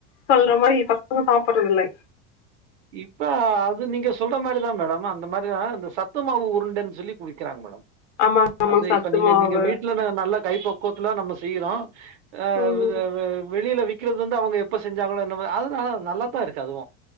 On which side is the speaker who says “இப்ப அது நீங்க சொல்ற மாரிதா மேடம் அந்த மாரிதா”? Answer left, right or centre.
Right